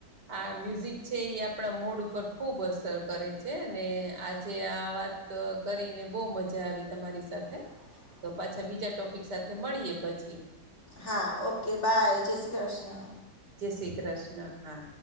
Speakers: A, on the right (about 70°); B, on the left (about 40°).
A: આ મ્યુઝિક છે એ આપણા મોડ ઉપર ખૂબ અસર કરે છે ને આજે આ વાત તો કરીને બહુ મજા આવી તમારી સાથે
B: હ
A: તો પાછા બીજા ટોપિક સાથે મળીએ પછી
B: હા ઓકે બાય જય શ્રી કૃષ્ણ
A: જય શ્રી કૃષ્ણ હા